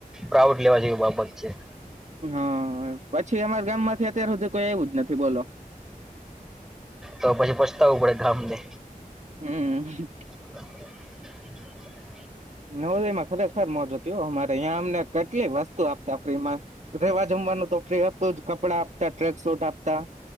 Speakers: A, in the centre; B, on the right (about 50°).
A: પ્રા વુડ લેવા જેવી બાબત છે.
B: હા પછી અમારા ગામમાંથી અત્યાર સુધી કોઈ આયવુજ નથી બોલો
A: તો પછી પસ્તાવવું પડે ગામને
B: હમ.
A: <inaudible>
B: નવદોયમાં ખરેખર મોજ હતી હ અમારે અંયા અમને કેટલીક વસ્તુ આપતા ફ્રીમાં રેવા જમ માનુ તો ફ્રી હતુ જ કપડા આપતા ટ્રેક સૂટ આપતા